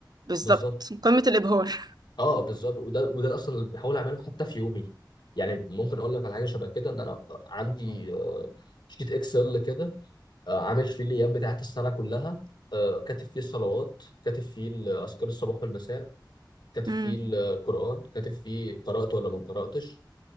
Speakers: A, on the right; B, on the left.
A: بالظبط
B: بالظبط
A: قمة الإبهار
B: اه بالظبط وده وده اصلا اللي بحاول اعمله حتى في يومي يعني ممكن اقول لك على حاجه شبه كده ان انا عندي آه، شيت اكسل كده آه، عامل فيه الايام بتاعت السنه كلها آه، كاتب فيه الصلوات كاتب فيه اذكار الصباح والمساء كاتب
A: امم
B: فيه القران كاتب فيه قرات ولا ما قراتش